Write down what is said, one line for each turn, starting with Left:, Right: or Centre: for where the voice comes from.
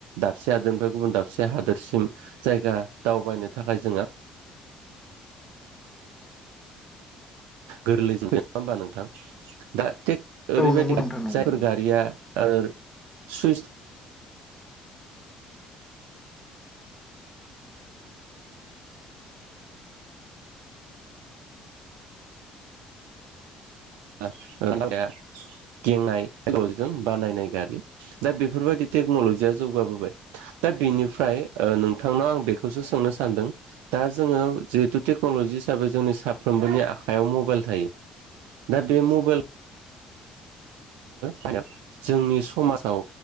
Right: दाबसे हादोरनिफ्राय गुबुन दाबसे हादोरसिम जायगा दावबायनो थाखाय जोंहा गोरलैजों <unintelligible> होमबा नोंथां। दा थेक
Left: औ
Right: ओरैबायदि
Left: नंगौ नोंथां नंगौ
Right: जायफोर
Left: नंगौ
Right: गारिया आरो सुइस <unintelligible> गेंनाय टेनजिजों बानायनाय गारि दा बेफोरबायदि टेक्न'लजिया जौगाबोबाय दा दा बेनिफ्राय ओ नोंथांनाव आं बेखौसो सोंनो सानदों दा जोङो जिहेथु टेक्नलजि हिसाबै जोंनि साफ्रोमबोनि आखायाव मबाइल थायो दा बे मबाइल माने जोंनि समाजाव